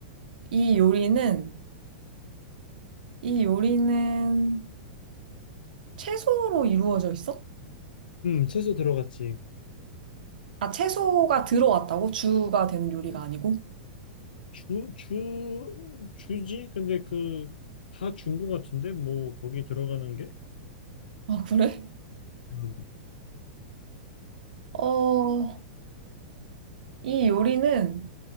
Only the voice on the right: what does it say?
이 요리는, 이 요리는 채소로 이루어져 있어?
아, 채소가 들어왔다고? 주가 되는 요리가 아니고?
아, 그래?
어, 이 요리는,